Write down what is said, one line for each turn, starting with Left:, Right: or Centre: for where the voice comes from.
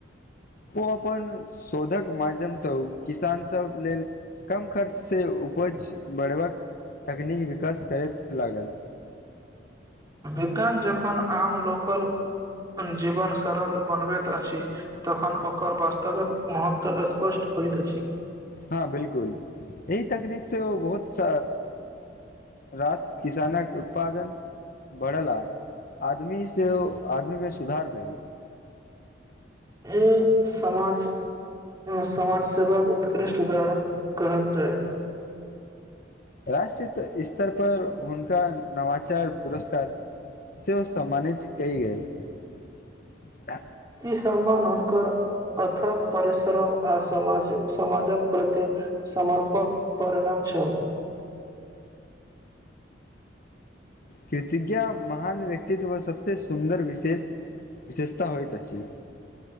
Left: ओ अपन शोधक माध्यम स किसान सभ लेल कम खर्च से उपज बढ़बाक तकनीक विकास करैत लागल
Right: विज्ञान जखन आम लोकल जीवन सरल बनबैत अछि तखन ओकर वास्तविक महत्व स्पष्ट होइत अछि
Left: हँ बिलकुल अहि तकनीक से ओ बहुत स रास किसानक उत्पादन बढ़ेला आदमी सेहो आदमी मे सुधार भेल
Right: एहि समाज समाज सेवाक उत्कृष्ट उदाहरण कहल जायत
Left: राष्ट्रहित स्तर पर हुनका नवाचार पुरस्कार सेहो सम्मानित कय गेल <inaudible>
Right: इ सम्मान हुनकर अथक परिश्रम आ समाज समाजक प्रति समर्पक परिणाम छल
Left: कृतिज्ञा महान व्यक्तित्व सभसँ सुन्दर विशेष विशेषता होइत अछि